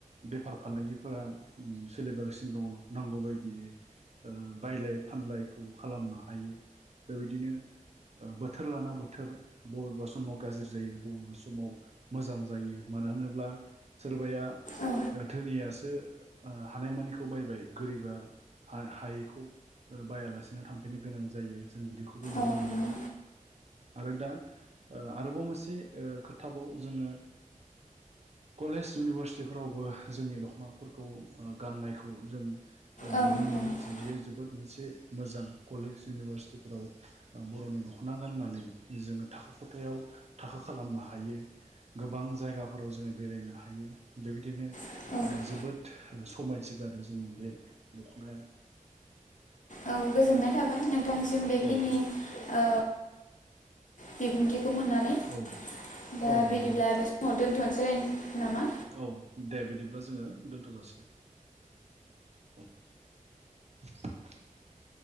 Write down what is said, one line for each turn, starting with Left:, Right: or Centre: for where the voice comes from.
Right: बेफार फालांगिफोरा उम सोलिबोगासिनो दङ नांगौबायायदियै ओ बायलाय फानलायखौ खालामनो हायो बेबायदिनो ओ बोथोर लाना बो थोर बबेबा समाव गाज्रि जायो बबेबा समाव मोजां जायो मानो होनोब्ला सोरबाया
Left: औ
Right: धोनियासो ओ हानायमानिखौ बायबाय गोरिबा हा हायैखौ ओ बायालासिनो थांफिननो गोनां जायो। जों बिदिखौबो नुनो
Left: औ
Right: मोनदों।
Left: नंगौ
Right: आरो दा ओ आरोबाव मोनसे खोथाबाव जोङो कलेज इउनिभारसिटिफोरावबो जोंनि दखनाफोरखौ ओ गाननायखौ जों ओ
Left: ओं
Right: नुनो मोनो
Left: ओं
Right: बियो जोबोद मोनसे मोजां कलेज इउनिभारसिटिफोराव बरनि दखना गाननानै जोङो थाखो खथायाव थाखो खालामनो हायो गोबां जायगाफोराव जोङो बेरायनो हायो बेबायदिनो
Left: औ
Right: ओ
Left: औ
Right: जोबोद ओ समायसोगारो जोंनि बे दखनाया
Left: औ गोजोननाय थाबाय नोंथांसिम बेखिनि
Right: औ
Left: ओ बिबुंथि खौ मोननानै
Right: औ
Left: दा
Right: औ
Left: बिदिब्ला
Right: नंगौ
Left: बे समाव दोन थनोसोलाय नामा
Right: औ दे बिदिब्ला जोङो दोनथ जासिगोन <inaudible>